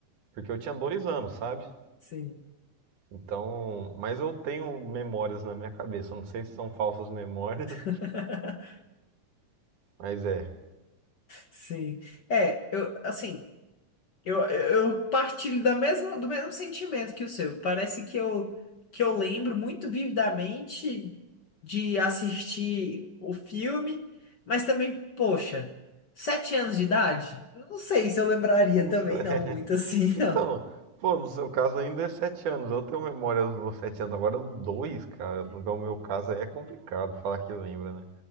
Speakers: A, on the right; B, on the left.
A: Porque eu tinha dois anos, sabe?
B: Sim.
A: Então, mas eu tenho memórias na minha cabeça. eu Não sei se são falsas <laughs> memórias,
B: <laughs>
A: mas é.
B: Sim. É, eu, assim. Eu, eu partilho da mesma, do mesmo sentimento que o seu. Parece que eu, que eu lembro muito vividamente de assistir o filme, mas também, poxa, sete anos de idade? Não sei se eu lembraria
A: Não
B: também,
A: sei. <laughs>
B: não, muito assim,
A: Então,
B: <laughs> não.
A: pô, no seu caso ainda é sete anos. Eu tenho memórias dos sete anos. Agora dois, cara. No meu caso aí é complicado falar que lembra, né?